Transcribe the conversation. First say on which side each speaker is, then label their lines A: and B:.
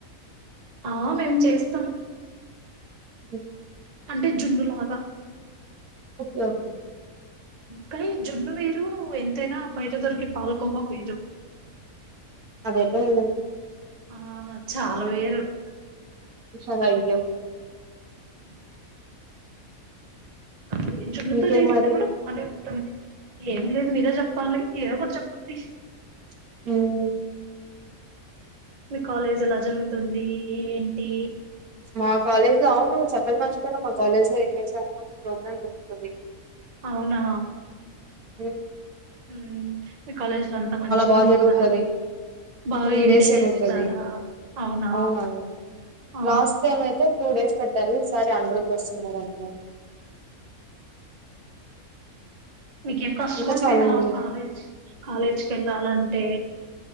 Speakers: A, on the right; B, on the right.
A: ఆ మేం చేస్తాం
B: అ
A: అంటే జుండులాగా
B: ఓకే ఓకే
A: కానీ జున్ను వేరు ఎంతైనా బయట దొరికి పాలకోవ వేరు
B: అదేతే న
A: ఆ చాలా వేరు
B: ఉచ్చదయ్యో
A: ఊ జున్ను
B: ఇంకేం
A: తో జేస్తే
B: మరి
A: కూడా భలే ఉన్ టుంది ఏం లేదు మీరే చెప్పాలి ఏదో ఒకటి చెప్పండి
B: హ్మ్
A: మీ కాలేజ్ ఎలా జరుగుతుంది ఏంటి
B: మా కాలేజ్ లో అవును చెప్పడం మర్చిపోయినా మా కాలేజ్ లో <unintelligible> ప్రోగ్రామ్ జరుగుతుంది
A: అవునా
B: ఏ
A: హ్మ్ మీ కాలేజ్ లో అంతా మంచి
B: బాగా
A: ఉంటుందా
B: జరుగుతది
A: బా
B: త్రీ
A: ఎంజాయ్
B: డేస్ జరుగుతది
A: చేస్తారా అవునా
B: అవునవును
A: ఆ
B: లాస్ట్ టైమ్ అయితే టూ డేస్ పెట్ట తారు ఈసారి అందరూతో వస్తున్నారంట
A: మీకేం కష్టం
B: ఇంకా
A: అన్పియదా
B: చాలా మంది
A: కాలేజ్ కాలేజ్కి వెళ్ళాలంటే